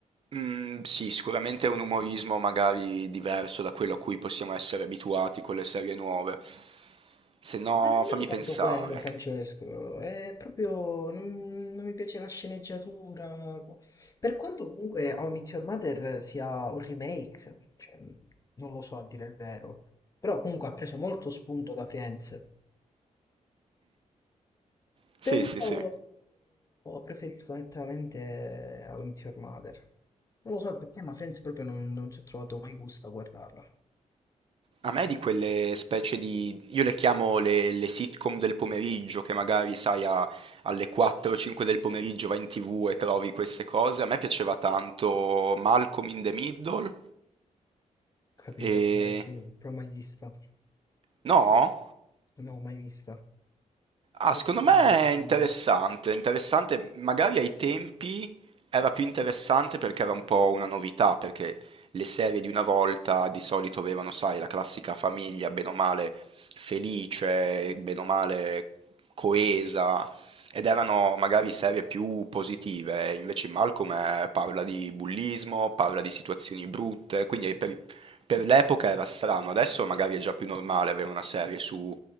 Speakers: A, on the right; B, on the left.
A: Mhmm, sì, sicuramente è un umorismo magari diverso da quello a cui possiamo essere abituati con le serie nuove. Se no,
B: Ma nemmeno
A: fammi
B: tanto
A: pensare.
B: quello, Francesco. È proprio... Non, non mi piace la sceneggiatura. Per quanto comunque How I Meet Your Mother sia un remake, cioè, non lo so a dire il vero. Però comunque ha preso molto spunto da Friends.
A: Sì,
B: Però
A: sì, sì.
B: preferisco nettamente How I Met Your Mother. Non lo so perché, ma Friends proprio non, non ci ho trovato mai gusto a guardarla.
A: A me di quelle specie di... io le chiamo le, le sitcom del pomeriggio, che magari, sai, a- alle 4-5 del pomeriggio vai in TV e trovi queste cose. A me piaceva tanto Malcolm in the Middle
B: Capito?
A: e...
B: Eh, sì, però mai vista.
A: No?
B: No, mai vista.
A: Ah,
B: Ho
A: secondo
B: capito
A: me
B: di che state
A: è interessante,
B: parlando.
A: interessante, magari ai tempi era più interessante perché era un po' una novità, perché le serie di una volta di solito avevano, sai, la classica famiglia, bene o male felice, bene o male coesa, ed erano magari serie più positive, invece in Malcolm eh, parla di bullismo, parla di situazioni brutte, quindi per, per l'epoca era strano, adesso magari è già più normale avere una serie su